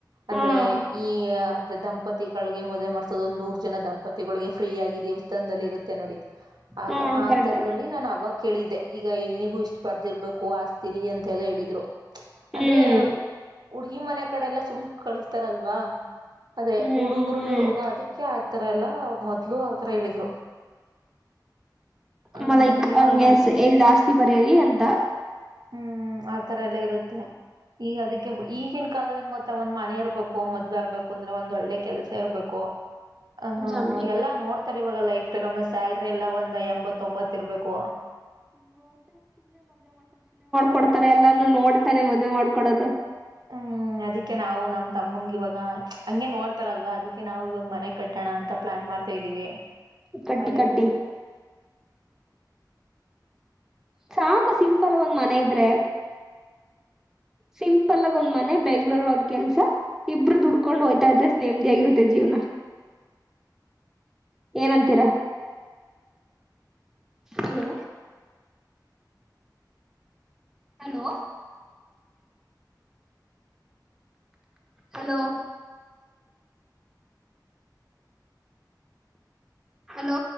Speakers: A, on the right (about 65°); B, in the centre.
A: ಅಂದ್ರೆ
B: ಹಾ
A: ಈ ಮ ದಂಪತಿಗಳಿಗೆ ಮದ್ವೆ ಮಾಡ್ಸೋದು ಒಂದ್ ನೂರು ಜನ ದಂಪತಿಗಳಿಗೆ ಫ್ರೀ ಆಗಿ ದೇವಸ್ಥಾನದಲ್ ಇರು ತ್ತೆ ನೋಡಿ ಆಗ
B: ಹ್ಮ್
A: ಆ
B: ಕರೆಕ್ಟ್
A: ತರಲ್ಲಿ ನಾನ್ ಅವಾಗ್ ಕೇಳಿದ್ದೆ ಈಗ ಹೆಣ್ಣಿಗೂ ಇಷ್ಟ್ ಬರ್ದಿರ್ಬೇಕು ಆಸ್ತಿಲಿ ಅಂತೆಲ್ಲಾ ಹೇಳಿದ್ರು.
B: ಹ್ಮ್
A: ಅಂದ್ರೆ ಅವ್ ಹುಡ್ಗಿ ಮನೆ ಕಡೆ ಎಲ್ಲಾ ಸುಮ್ ಕಳುಸ್ತಾರಲ್ವಾ ಅದೇ
B: ಹ್ಮ್
A: ಹುಡುಗ್ರು ಅದಿಕ್ಕೆ ಆ ಆ ತರಲ್ಲ ಮೊದ್ಲು ಆತರ ಹೇಳಿದ್ರು. ಆ
B: ಮ ಲೈಕ್
A: ಇವಾಗ
B: ಹಂಗಾಸಿ
A: ನೋಡಿ
B: ಜಾಸ್ತಿ ಬರೆರಿ ಅಂತ.
A: ಹ್ಮ್ ಆತರ ಎಲ್ಲ ಇರುತ್ತೆ ಈಗ ಅದಕ್ಕೆ ಈಗಿನ ಕಾಲದಲ್ಲಿ ಏನ್ ಗೊತ್ತ ಒಂದ್ ಮನೆ ಇರ್ಬೇಕು ಮದ್ವೆ ಆಗ್ಬೇಕು ಅಂದ್ರೆ ಒಂದ್ ಒಳ್ಳೆ ಕೆಲ್ಸ ಇರ್ಬೇಕು. ಹ
B: ಜಂಬಿ
A: ಎಲ್ಲಾ ನೋಡ್ತಾರೆ ಇವಾಗ ಲೈಫ್ ಸ್ಟೈಲ್ ಒಮ್ಮ ಸ್ಯಾಲ್ರಿ ಎಲ್ಲಾ ಒಂದ ಎಂಬತ್ತೊಂಬತ್ ಇರ್ಬೇಕು.
B: ಕೊಡ್ತಾರ ಎಲ್ಲಾನು ನೋಡಿತಾನೆ ಮದ್ವೆ ಮಾಡ್ಕೊಡೋದು.
A: ಹ್ಮ್ ಅದಿಕ್ಕೆ ನಾವು ನಮ್ ತಮ್ಮಂಗ ಇವಾಗ ಹಂಗೇನ್ ನೋಡ್ತಾರಲ್ವಾ ಅದಕ್ಕೆ ನಾವು ಇವಾಗ ಮನೆ ಕಟ್ಟೋಣ ಅಂತ ಪ್ಲಾನ್ ಮಾಡ್ತಾ ಇದೀವಿ.
B: ಕಟ್ಟಿ
A: ಮನೆ
B: ಕಟ್ಟಿ ಸಾಕು ಸಿಂಪಲ್ ಆಗ್ ಒಂದ್ ಮನೆ ಇದ್ರೆ ಸಿಂಪಲ್ ಆಗ ಒಂದ್ ಮನೆ ಬೆಂಗ್ಳೂರಲ್ ಒಂದ್ ಕೆಲ್ಸ ಇಬ್ರು ದುಡ್ಕೊಂಡು ಹೋಯ್ತಾ ಇದ್ರೆ ನೆಮ್ದಿ ಆಗಿರುತ್ತೆ ಜೀವನ ಏನಂತೀರ ಹಲೋ ಹಲೋ ಹಲೋ ಹಲೋ